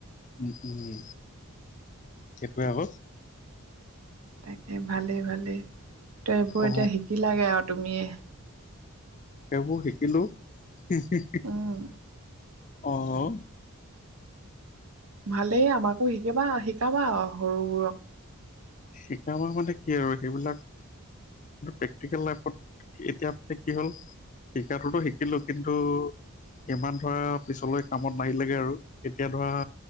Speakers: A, on the left; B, on the right.
A: উম- উম, সেইটোৱে আকৌ।
B: তাকে ভালেই-ভালেই ত' এইবোৰ
A: অ
B: এতিয়া শিকি লাগে আৰু তুমিয়ে
A: সেইবোৰ শিকিলোঁ। হে- হে- হে
B: উম
A: অ'
B: ভালেই আমাকো শিকিবা- শিকাবা আৰু সৰুবোৰক।
A: শিকাবা মানে কি আৰু সেইবিলাক প্ৰেক্টিকেল লাইফত এতিয়া প্ৰেক্টিকল শিকাতোতো শিকিলো কিন্তু ইমান ধৰা পিছলৈ কামত নাহিলে গৈ আৰু এতিয়া ধৰা